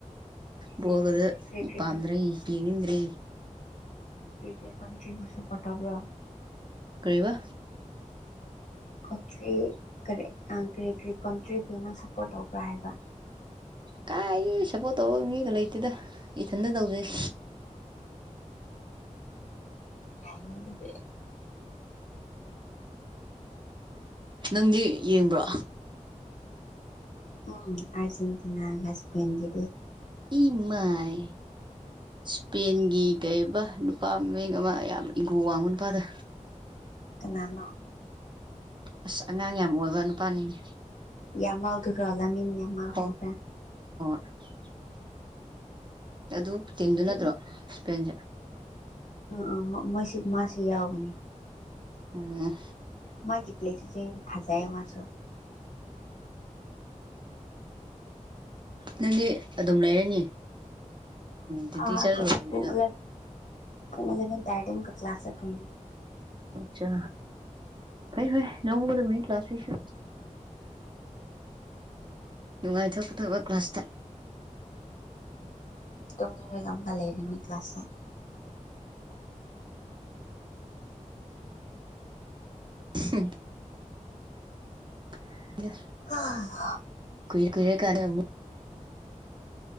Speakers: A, on the right; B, on the left.
A: ꯕꯣꯜꯒꯗꯣ
B: ꯀꯔꯤ ꯀꯔꯤ
A: ꯏꯄꯥꯝꯗ꯭ꯔꯦ
B: ꯀꯔꯤ
A: ꯌꯦꯡꯗ꯭ꯔꯦ
B: ꯀꯔꯤꯀꯔꯤ ꯀꯟꯇ꯭ꯔꯤꯕꯨ ꯁꯞꯄꯣꯔꯠ ꯇꯧꯕ꯭ꯔꯥ
A: ꯀꯩꯑꯕ
B: ꯀꯣꯟꯇ꯭ꯔꯤ ꯀꯔꯤ ꯀꯔꯤ ꯀꯣꯟꯇ꯭ꯔꯤꯕꯨ ꯅꯪ ꯁꯞꯄꯣꯔꯠ ꯇꯧꯕ꯭ꯔꯥ ꯍꯥꯏꯕ
A: ꯀꯥꯏ ꯁꯞꯄꯣꯔꯠ ꯇꯧꯕ ꯃꯤꯒ ꯂꯩꯇꯦꯗ ꯏꯊꯟꯇ ꯇꯧꯖꯩ
B: ꯌꯥꯏꯅ ꯑꯗꯨꯗꯤ
A: ꯅꯪꯗꯤ ꯌꯦꯡꯕ꯭ꯔꯣ
B: ꯎꯝ ꯑꯔꯖꯦꯟꯇꯤꯅꯥ ꯖꯕꯦꯟꯗꯤ
A: ꯏ ꯃꯥꯏ ꯁ꯭ꯄꯦꯟꯒꯤ ꯀꯩꯕ ꯅꯨꯄꯥ ꯃꯡ ꯑꯃ ꯌꯥꯝ ꯏꯪꯒꯣ ꯋꯥꯡꯕ ꯅꯨꯄꯥꯗ
B: ꯀꯅꯥꯅꯣ
A: ꯑꯁ ꯑꯉꯥꯡ ꯌꯥꯝ ꯑꯣꯏꯕ ꯅꯨꯄꯥꯅꯤꯅꯦ
B: ꯌꯥꯝ <unintelligible> ꯃꯥ ꯍꯥꯏꯕ꯭ꯔꯥ
A: ꯍꯣ <inaudible> ꯑꯗꯨ ꯇꯤꯟꯗꯨ
B: ꯑꯩꯗꯤ
A: ꯅꯠꯇ꯭ꯔꯣ ꯁ꯭ꯄꯦꯟꯁꯦ
B: ꯑ ꯑ ꯃꯣꯏꯁꯤ ꯃꯥꯁꯤ ꯌꯥꯎꯕꯅꯤ
A: ꯎꯝ
B: ꯃꯥꯒꯤ ꯄ꯭ꯂꯦ <unintelligible> ꯐꯖꯥꯏꯌꯦ ꯃꯥꯁꯨ
A: ꯅꯪꯗꯤ ꯑꯗꯨꯝ ꯂꯩꯔꯅꯤ
B: ꯑ
A: ꯗ꯭ꯌꯨꯇꯤ ꯆꯠꯂꯨꯔꯕꯅꯤꯅ
B: ꯑ ꯃ <unintelligible>
A: ꯆꯥ ꯐꯩ ꯐꯩ ꯂꯧꯒꯗꯕꯅꯤ ꯀ꯭ꯂꯥꯁꯁꯤꯁꯨ ꯅꯨꯡꯉꯥꯏꯊꯣꯛꯀꯗꯕ ꯀ꯭ꯂꯥꯁꯇ
B: ꯇꯨꯝꯅꯤꯡꯉꯒ ꯑꯃ ꯂꯩꯕꯅꯤ ꯀ꯭ꯂꯥꯁꯁꯦ
A: <unintelligible> <unintelligible>
B: ꯍꯥ
A: <unintelligible> <unintelligible>